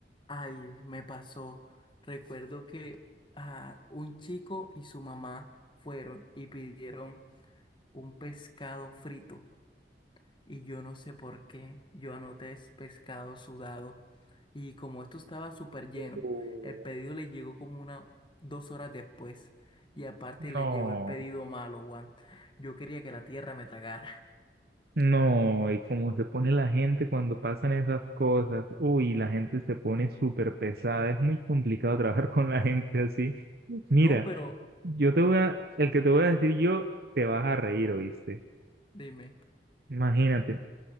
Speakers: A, on the left; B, on the right.
A: ay, me pasó. Recuerdo que ah, un chico y su mamá fueron y pidieron un pescado frito y yo no sé por qué, yo anoté es pescado sudado y como esto estaba súper lleno,
B: Uh,
A: el pedido le llegó como una dos horas después y aparte
B: No.
A: le llegó el pedido malo, Juan. Yo quería que la tierra me tragara. <laughs>
B: No, y cómo se pone la gente cuando pasan esas cosas. Uy, la gente se pone súper pesada. Es muy complicado <laughs> trabajar con la gente así. Mira,
A: No, pero
B: yo te voy a, el que te voy a decir yo, te vas a reír, ¿oíste?
A: dime.
B: Imagínate,